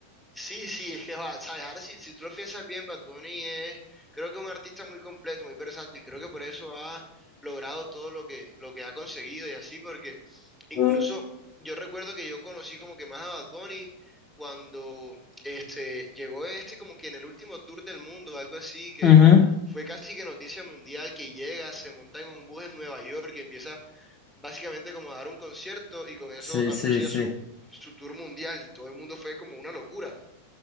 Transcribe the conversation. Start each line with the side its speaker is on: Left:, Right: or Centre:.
Centre: Sí, sí, es que, va, sabes, ahora si, si tú lo piensas bien, Bad Bunny es, creo que un artista muy completo, muy versátil, creo que por eso ha logrado todo lo que, lo que ha conseguido y así, porque incluso
Left: Mm.
Centre: yo recuerdo que yo conocí como que más a Bad Bunny cuando este, llegó este como que en el último tour del mundo, algo así, que
Left: Ujú.
Centre: fue casi que noticia mundial, que llega, se monta en un bus en Nueva York y empieza básicamente como a dar un concierto y con eso
Left: Sí,
Centre: anuncia
Left: sí, sí.
Centre: su, su tour mundial y todo el mundo fue como una locura.